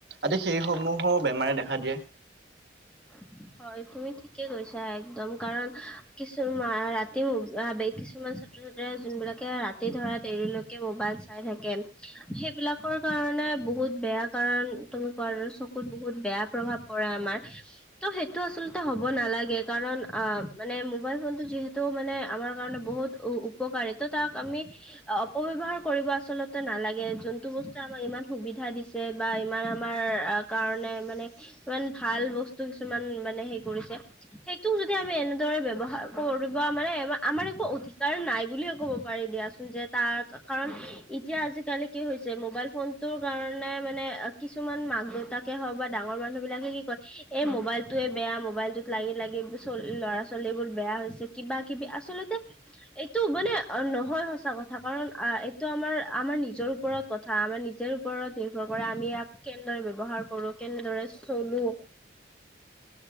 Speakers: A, on the right (about 60°); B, in the centre.
A: আদি সেইসমূহ বেমাৰে দেখা দিয়ে।
B: উ। হয় তুমি ঠিকে কৈছা একদম কাৰণ কিছুমান ৰাতি কিছুমান ছাত্ৰ ছাত্ৰী যোনবিলাকে ৰাতি ধৰা দেৰিলৈকে মোবাইল চাই থাকে সেইবিলাকৰ কাৰণে বহুত বেয়া কাৰণ তুমি কোৱা চকুত বহুত বেয়া প্ৰভাৱ পৰে আমাৰ। ত', সেইটো আচলতে হ'ব নালাগে কাৰণ অ', মানে মোবাইল ফোন টো যিহেতু মানে আমাৰ কাৰণে বহুত উপকাৰিত ত তাক আমি অপব্যৱহাৰ কৰিব আচল্ততে নালাগে যোনতটো বস্তু আাক ইমান সুবিধা দিছে বা ইমান আমাৰ কাৰণে মানে ইমান ভাল বস্তু কিছুমান মানে হে কৰিছে সেইটো যদি আমি এনেদৰে ব্যৱহাৰ কৰিব মানে আমাৰ এক অধিকাৰ নাই বুলে ক'ব পাৰি দিয়াচোন যে তাৰ কাৰণ এতিয়া আজিকালি কি হৈছে ম মোবাইল ফোনটোৰ কাৰণে মানে কিছুমান মাক দেউতাকে হওঁক বা ডাঙৰ মানুহ বিলাকে কি কয় এই মোবাইলটোৱে বেয়া মোবাইলটোত লাগি লাগি ল'ৰা ছোৱালীবোৰ বেয়া হৈছে কিবা কিবি আচলতে এইটো মানে নহয় সঁচা কথা কাৰণ আহ এইটো আমাৰ আমাৰ নিজৰ ওপৰত কথা। আমাৰ নিজৰ ওপৰত নিৰ্ভৰ কৰে আমি ইয়াক কেনেদৰে ব্যৱহাৰ কৰো কেনেদৰে চলো